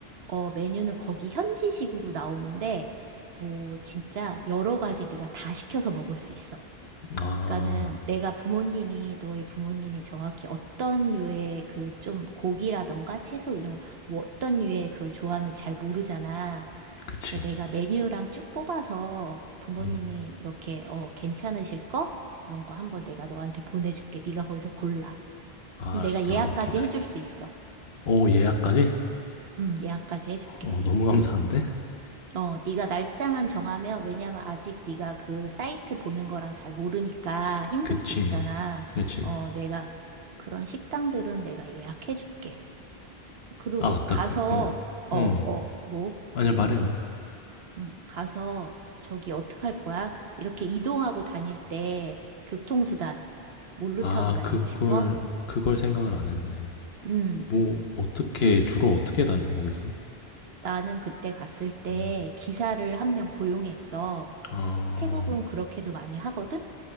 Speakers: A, on the right; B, on the left.
A: 어 메뉴는 거기 현지식으로 나오는데 뭐 진짜 여러 가지 네가 다 시켜서 먹을 수 있어.
B: 아
A: 그러니까는 내가 부모님이 너희 부모님이 정확히 어떤 류의 그 좀 고기라던가 채소 이런 거 뭐 어떤 류의 그걸 좋아하는지 잘 모르잖아.
B: 그치
A: 그래서 내가 메뉴랑 쭉 뽑아서 부모님이
B: 음,
A: 이렇게 어 괜찮으실 거 그런 거 한번 내가 너한테 보내줄게. 네가 거기서 골라.
B: 알았어
A: 그럼 내가 예약까지
B: 한번 기다릴게
A: 해줄 수 있어.
B: 오 예약까지?
A: 음 예약까지 해줄게.
B: 어 너무 감사한데?
A: 어, 네가 날짜만 정하면 왜냐면 아직 네가 그 사이트 보는 거랑 잘 모르니까 힘들
B: 그치
A: 수 있잖아.
B: 그치
A: 어, 내가 그런 식당들은 내가 예약해 줄게. 그리고
B: 아 맞다
A: 가서
B: 그어어
A: 어, 어, 뭐?
B: 아니야 말해 말해
A: 음, 가서 저기 어떡할 거야? 이렇게 이동하고 다닐 때 교통수단 뭘로
B: 아
A: 타고 다니고
B: 그걸
A: 싶어?
B: 그걸 생각을 안 했네
A: 음,
B: 뭐 어떻게 주로 어떻게 다녀 거기선?
A: 나는 그때 갔을 때
B: 음,
A: 기사를 한 명 고용했어.
B: 아,
A: 태국은 그렇게도 많이 하거든?